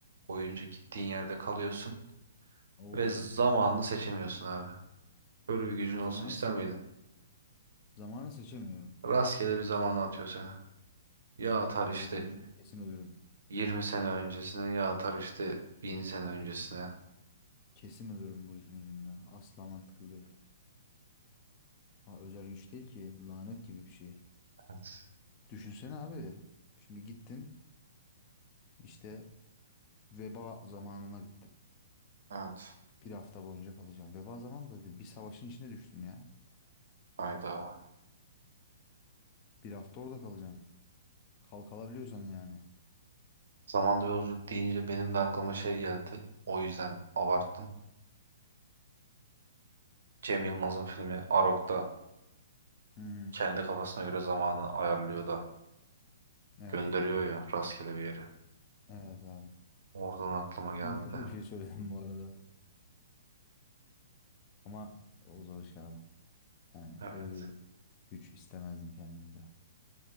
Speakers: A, on the right; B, on the left.
A: boyunca gittiğin yerde kalıyorsun
B: Oo.
A: ve zamanını seçemiyorsun abi. Böyle bir gücün olsun
B: Zamanı,
A: ister
B: se-
A: miydin?
B: zamanı seçemiyorum.
A: Rastgele bir zamana atıyor seni. Ya
B: Abi
A: atar işte
B: bu işin ucunda kesin ölürüm.
A: 20 sene öncesine ya atar işte 1000 sene öncesine.
B: Kesin ölürüm bu işin ucunda. Asla mantıklı değil. Ha, özel güç değil ki. Lanet gibi bir şey.
A: Evet.
B: Düşünsene abi. Şimdi gittin işte veba zamanına gittin.
A: Evet.
B: Bir hafta boyunca kalacaksın. Veba zamanı da değil. Bir savaşın içine düştün ya.
A: Hayda.
B: Bir hafta orada kalacaksın. Kalkalabiliyorsan yani.
A: Zamanda yolculuk deyince benim de aklıma şey geldi. O yüzden abarttım. Cem Yılmaz'ın filmi Arok'ta
B: Hı hı.
A: kendi kafasına göre zamanı ayarlıyor da.
B: Evet.
A: Gönderiyor ya rastgele bir yere.
B: Evet abi.
A: Oradan aklıma geldi.
B: Mantıklı bir şey söyledim bu arada. Ama o zor iş abi. Yani
A: Evet.
B: öyle bir güç istemezdim kendimde.